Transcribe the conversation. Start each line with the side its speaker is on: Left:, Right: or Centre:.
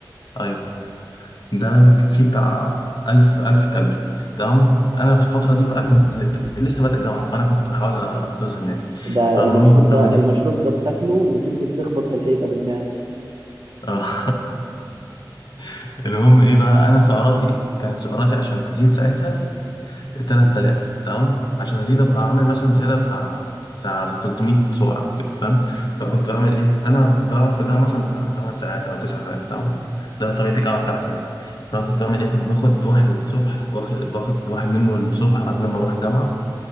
Left: ايوه ده فيه بتاع 1000 1000 كالوري تمام انا في الفتره دي بقى كنت لسه بادئ جامعه فانا كنت بحاول انتظم يعني
Right: ده
Left: فالمهم
Right: المشروب
Left: كنت
Right: ده
Left: بعمل ايه
Right: المشروب ده بتاكله وتنزل تخبط في الحيطه بدماغك
Left: اه <laughs> المهم ايه بقى انا سعراتي كانت سعراتي عشان ازيد ساعتها 3000 تمام عشان ازيد ابقى اعمل مثلا زياده بتاع بتاع 300 صوره او كده فاهم فكنت بعمل ايه انا بقعد في الجامعه مثلا بتاع 8 ساعات او 9 ساعات تمام ده طبيعه الجامعه بتاعتي يعني فانا كنت بعمل ايه كنت باخد واحد الصبح واخد باخد واحد منه الصبح قبل ما اروح الجامعه